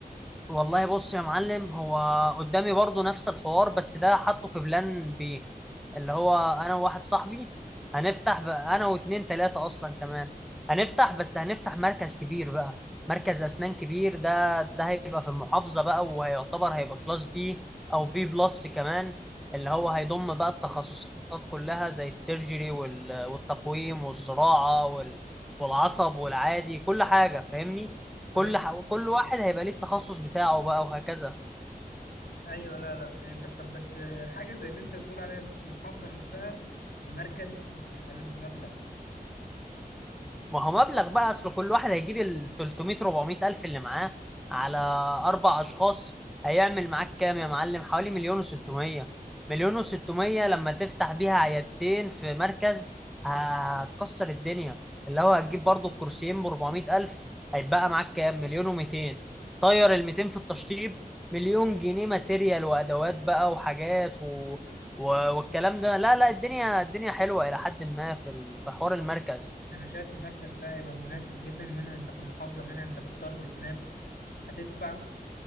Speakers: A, in the centre; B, on the left.
A: والله بص يا معلم هو قدامي برضو نفس الحوار بس ده حاطه في بلان بي اللي هو انا وواحد صاحبي هنفتح بقى انا واتنين تلاتة اصلا كمان هنفتح بس هنفتح مركز كبير بقى مركز اسنان كبير ده ده هيبقى في المحافظة بقى وهيعتبر هيبقى كلاس بي او بي بلس كمان اللي هو هيضم بقى التخصصات كلها زي السيرجري وال- والتقويم والزراعة وال- والعصب والعادي كل حاجة فاهمني كل
B: مم.
A: ح... كل واحد هيبقى ليه التخصص بتاعه بقى وهكذا
B: ايوه لا لا فهمتك طب بس حاجه زي اللي انت بتقول عليها دي في المحافظه نفسها ومركز انت بتتكلم في مبلغ
A: ما هو مبلغ بقى اصل كل واحد هيجيب ال 300 400 الف اللي معاه على اربع اشخاص هيعمل معاك كام يا معلم حوالي مليون و600 مليون
B: <laughs>
A: و600 لما تفتح بيها عيادتين في مركز هتكسر الدنيا اللي هو هتجيب برضو الكرسيين ب 400 الف هيتبقى معاك كام مليون و200 طير ال 200 في التشطيب مليون جنيه ماتيريال وادوات بقى وحاجات و... و... والكلام ده لا لا الدنيا الدنيا حلوة الى حد ما في ال- في حوار المركز
B: انا شايف المركز ده هيبقى مناسب جدا منها انت في المحافظه منها انت بتتارجت ناس هتدفع